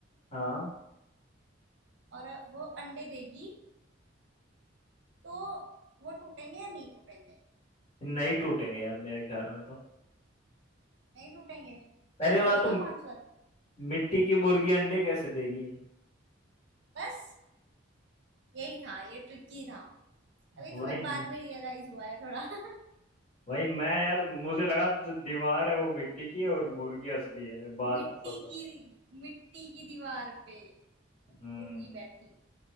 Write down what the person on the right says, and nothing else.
और वो अंडे देगी तो वो टूटेंगे या नहीं टूटेंगे
नहीं टूटेंगे
अब
मैं बताऊं
आंसर
बस यही था ये ट्रिकी था अभी
तुम्हें बाद में रियलाइज हुआ है थोड़ा <laughs>
मिट्टी
की मिट्टी की दीवार पे
मुर्गी बैठी